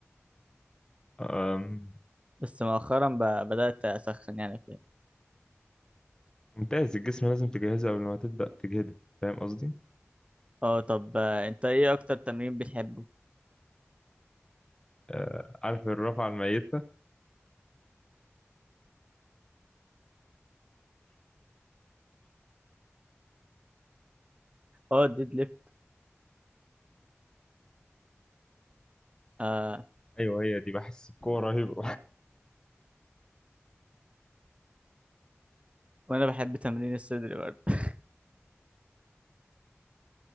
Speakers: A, on the left (about 15°); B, on the right (about 25°).
A: أم،
B: بس مؤخرا ب... بدأت اسخن يعني كده
A: ممتاز الجسم لازم تجهزه قبل ما تبدأ تجهده فاهم قصدي؟
B: اه طب آه، انت ايه اكتر تمرين بتحبه
A: أه، عارف الرفعة الميتة؟
B: اه الديد ليفت آه
A: أيوه هي دي بحس بقوة رهيبة
B: وانا بحب تمرين الصدر برضه